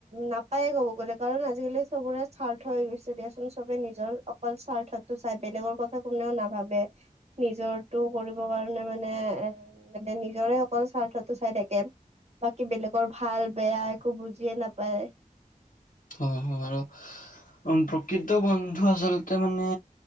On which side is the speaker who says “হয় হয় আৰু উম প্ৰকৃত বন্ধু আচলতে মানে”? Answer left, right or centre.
Left